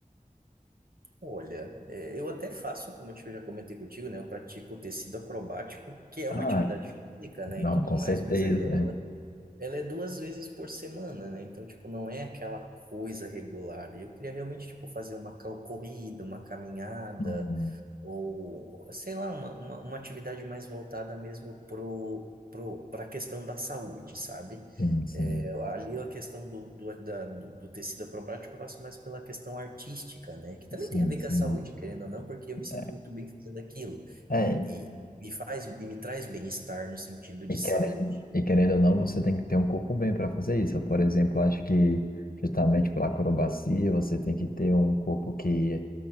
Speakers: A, on the right; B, on the left.
A: Olha, é, eu até faço, como eu te- eu já comentei contigo, né? Eu pratico tecido acrobático, que é
B: Ah,
A: uma atividade física, né,
B: não,
A: e tudo
B: com
A: mais,
B: certeza.
A: mas é-
B: né?
A: ela, ela é duas vezes por semana, né? Então, tipo, não é aquela coisa regular. Eu queria realmente, tipo, fazer uma cal- corrida, uma caminhada,
B: Hum,
A: ou sei lá, uma, uma, uma atividade mais voltada mesmo pro, pro, para a questão da saúde, sabe?
B: Sim, sim.
A: É, ali a questão do, do, da- do do tecido acrobático eu faço mais pela questão artística, né? Que também
B: Sim,
A: tem a ver
B: sim.
A: com a saúde, querendo ou não, porque eu me sinto
B: É,
A: muito bem fazendo aquilo
B: é,
A: e, e me faz e me traz bem-estar no sentido de
B: e querendo,
A: saúde.
B: e querendo ou não, você tem que ter um corpo bem para fazer isso. Por exemplo, acho que justamente pela acrobacia, você tem que ter um corpo que